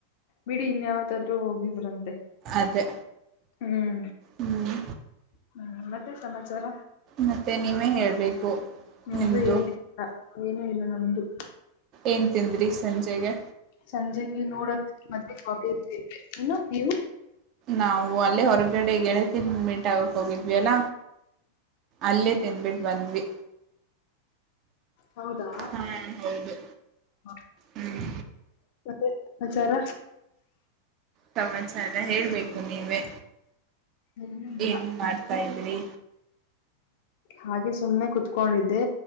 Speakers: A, on the left (about 50°); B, on the right (about 35°).
A: ಬಿಡಿ ಇನ್ಯಾವತ್ತಾದ್ರೂ ಹೋಗಿ ಬ್ರಂತೆ
B: ಅದೇ
A: ಹ್ಮ್
B: ಹ್ಮ್
A: ಹ್ಮ್ ಮತ್ತೆ ಸಮಾಚಾರ
B: ಮತ್ತೆ ನೀವೇ ಹೇಳ್ಬೇಕು
A: ನಮ್ದು
B: ನಿಮ್ದು
A: ಏನು ಇಲ್ಲ ಏನುೂ ಇಲ್ಲ ನಮ್ದು
B: ಏನ್ ತಿಂದ್ರಿ ಸಂಜೆಗೆ
A: ಸಂಜೆಗೆ ನೋಡದು ಮತ್ತೆ ಕಾಪಿ ಇನ್ನು ನೀವು
B: ನಾವು ಅಲ್ಲೇ ಹೊರಗಡೆ ಗೆಳತಿನ ಮೀಂಟ್ ಆಗಕ್ ಹೋಗಿದ್ವಿ ಅಲ್ಲ ಅಲ್ಲೇ ತಿದ್ಬಿಟ್ಟು ಬಂದ್ವಿ
A: ಹೌದಾ
B: ಹಾ ಹೌದು
A: ಮತ್ತೆ
B: ಹ್ಮ್
A: ಹಚಾರ
B: ಸಮಾಚಾರ ಹೇಳ್ಬೇಕು ನೀವೇ
A: ಏನು ಇಲ್ಲ
B: ಏನ್ ಮಾಡ್ತಾ ಇದ್ರಿ
A: ಹಾಗೆ ಸುಮ್ನೆ ಕುತ್ಕೊಂಡಿದ್ದೆ